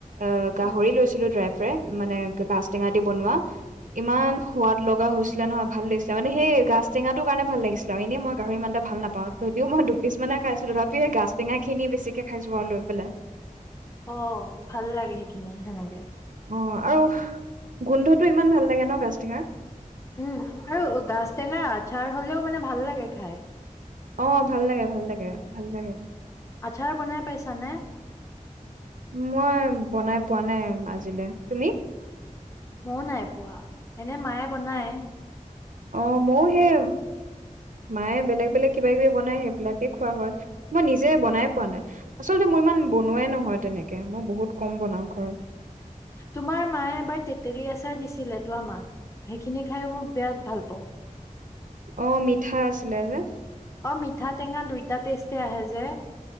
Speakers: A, on the right (about 70°); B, on the left (about 20°).
A: অ গাহৰি
B: উম
A: লৈছিলো ড্ৰাই ফ্ৰে মানে গাছ টেঙা দি বনোৱা ইমান
B: উম
A: সোৱাদ লগা হৈছিল আছিলে নহয় ভাল লাগে মানে সেই গাছ টেঙাটো কাৰনে ভাল লাগিছিল আৰু এনেই মই গাহৰি ইমান এ ভাল নাপাওঁ, যদিও মই দুপিছ মানে খাইছিলো তথাপি সেই গাছ টেঙা খিনি বেছিকে খাইছো আৰু লৈ পেলাই
B: অ ভাল লাগে সেইখিনি সেনেকে
A: অ আৰু, গোন্ধটো ইমান ভাল লাগে ন গাছ টেঙাৰ
B: উম আৰু গাছ টেঙাৰ আচাৰ হলেও মানে ভাল লাগে খাই।
A: অ ভাল লাগে, ভাল লাগে ভাল লাগে।
B: আচাৰ বনাই পাইছানে।
A: মই বনাই পোৱা নাই আজিলৈ তুমি।
B: মইও নাই পোৱা এনে মায়ে বনায়।
A: অ মইও সেই মায়ে বেলেগ বেলেগ কিবা কিবি বনাই সেইবিলাকে খোৱা হয় ।মই নিজে বনাই পোৱা নাই আচলতে মোৰ ইমান বনোৱাই নহয় তেনেকে মই বহুত কম বনাওঁ ঘৰত।
B: তোমাৰ মায়ে এবাৰ তেতেলী আচাৰ দিছিল তো আমাক সেইখিনি খায়ো মোক বিৰাট ভাল পাওঁ।
A: অ মিঠা আছিলে যে।
B: অ মিঠা টেঙা দুইটা টেষ্টে আহে যে।